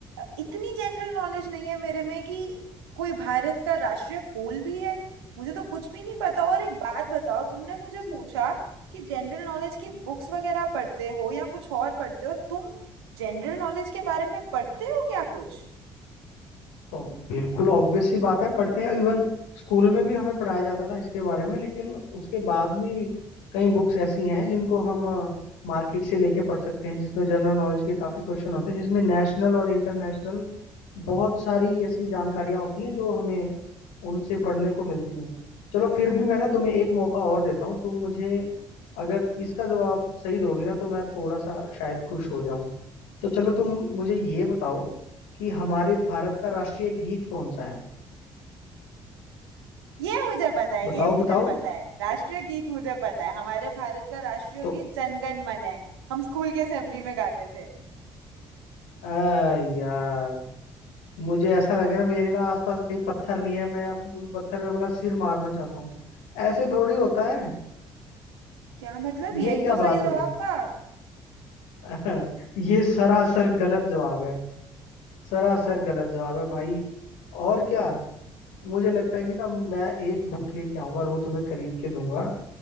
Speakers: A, on the right; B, on the left.
A: इतनी जनरल नॉलेज नहीं है मेरे में कि कोई भारत का राष्ट्रीय फूल भी है मुझे तो कुछ भी नहीं पता और एक बात बताओ तुमने मुझे
B: <laughs>
A: पूछा कि जनरल नॉलेज की बुक्स वगैरह पढ़ते हो या कुछ और पढ़ते हो तुम जनरल नॉलेज के बारे में पढ़ते हो क्या कुछ
B: तो बिल्कुल ऑब्वियस सी बात है पढ़ते हैं इवन स्कूल में भी हमें पढ़ाया जाता था इसके बारे में लेकिन उसके बाद भी कई बुक्स ऐसी हैं जिनको हम मार्केट से लेके पढ़ सकते हैं जिसमें जनरल नॉलेज के काफी क्वेश्चन होते हैं जिसमें नेशनल और इंटरनेशनल बहुत सारी ऐसी जानकारियां होती हैं जो हमें उनसे पढ़ने को मिलती हैं चलो फिर भी मैं ना तुम्हें एक मौका और देता हूँ तुम मुझे अगर इसका जवाब सही दोगी ना तो मैं थोड़ा सा शायद खुश हो जाऊं तो चलो तुम मुझे ये बताओ कि हमारे भारत का राष्ट्रीय गीत कौन सा है
A: ये मुझे पता है
B: बताओ
A: ये मुझे
B: बताओ
A: पता है राष्ट्रीय गीत मुझे पता है हमारे भारत का राष्ट्रीय
B: तो
A: गीत जनगण मन है हम स्कूल के असेंबली में गाते थे
B: आ यार मुझे ऐसा लग रहा है मेरे ना आसपास कहीं पत्थर नहीं है मैं अब उस पत्थर पे अपना सिर मारना चाहता हूँ ऐसे थोड़ी होता है
A: क्या मतलब यही
B: ये क्या
A: तो
B: बात
A: सही जवाब
B: हुई
A: था
B: <laughs> ये सरासर गलत जवाब है सरासर
A: क्यों
B: गलत जवाब है भाई और क्या मुझे लगता है कि ना मैं एक बुक लेके आऊंगा और वो तुम्हें खरीद के दूंगा